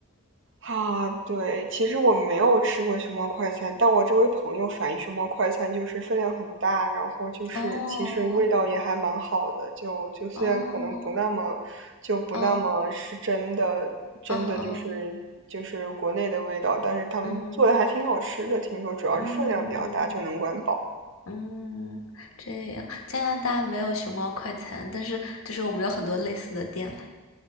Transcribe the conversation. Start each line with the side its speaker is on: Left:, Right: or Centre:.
Right: 啊，对，其实我没有吃过熊猫快餐，但我周围朋友反映熊猫快餐就是分量很大，然后就是其实味道也还蛮好的，
Left: 哦
Right: 就就虽然可能不那么，
Left: 哦，
Right: 就不那么是真的，
Left: 哦
Right: 真的就是就是国内的味道，
Left: 哦哦
Right: 但是他们做的还挺好吃的，
Left: 嗯
Right: 听说主要是分量比较大就能管饱。
Left: 嗯嗯嗯，这样。加拿大没有熊猫快餐，但是就是我们有很多类似的店了。